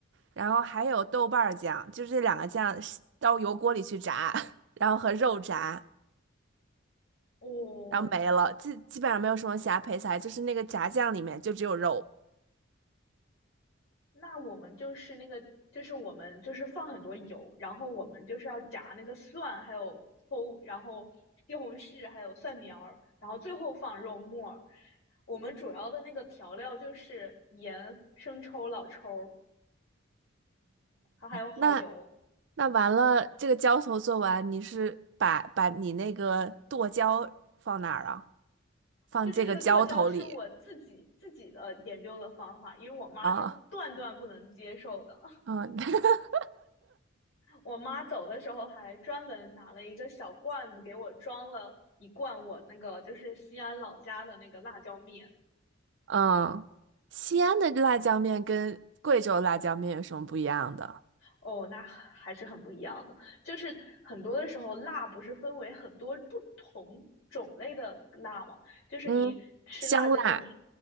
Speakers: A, on the right; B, on the left.
A: 然后还有豆瓣儿酱，就是这两个酱是到油锅里去炸，<laughs> 然后和肉炸，
B: 哦，
A: 然后没了，基基本上没有什么其他配菜，就是那个炸酱里面就只有肉。
B: 那我们就是那个，就是我们就是放很多油，然后我们就是要炸那个蒜，还有葱，然后西红柿，还有蒜苗然后最后放肉末我们主要的那个调料就是盐、生抽、老抽儿，还有蚝油。
A: 那那完了，这个浇头做完，你是把把你那个剁椒放哪儿啊？放这个浇头里。
B: 就是那个剁椒是我自己自己的研究的方法，因为我妈是断断不能接受的。
A: 啊，嗯 <laughs>
B: 我妈走的时候还专门拿了一个小罐子给我装了一罐我那个就是西安老家的那个辣椒面
A: 嗯，西安的辣椒面跟贵州辣椒面有什么不一样的？
B: 哦，那还是很不一样的。就是很多的时候，辣不是分为很多不同种类的辣吗？就是你吃辣之后你，
A: 嗯，香辣、